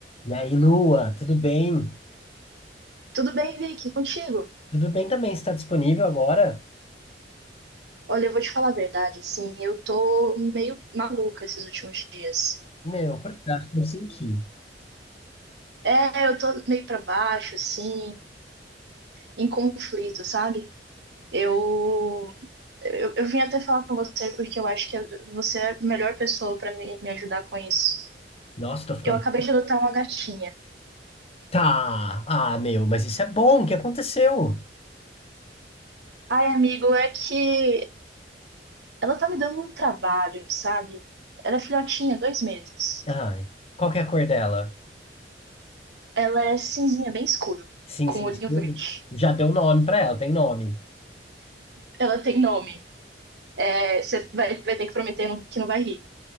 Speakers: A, on the left; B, on the right.
A: E aí, Lua, tudo bem?
B: Tudo bem, Vicky? Contigo?
A: Tudo bem também, você está disponível agora?
B: Olha, eu vou te falar a verdade, assim, eu tô meio maluca esses últimos dias.
A: Meu, por que eu senti?
B: É, eu tô meio pra baixo, assim, em conflito, sabe? Eu, eu, eu vim até falar com você porque eu acho que você é a melhor pessoa pra me, me ajudar com isso.
A: Nossa, tô ficando.
B: Eu acabei de adotar uma gatinha.
A: Tá! Ah, meu, mas isso é bom, o que aconteceu?
B: Ai, amigo, é que ela tá me dando um trabalho, sabe? Ela é filhotinha, dois meses.
A: Ai, qual que é a cor dela?
B: Ela é cinzinha, bem escuro,
A: Cinzinho
B: com olhinho
A: escuro?
B: verde.
A: Já deu nome pra ela, tem nome.
B: Ela tem nome. é, você vai, vai ter que prometer que não vai rir.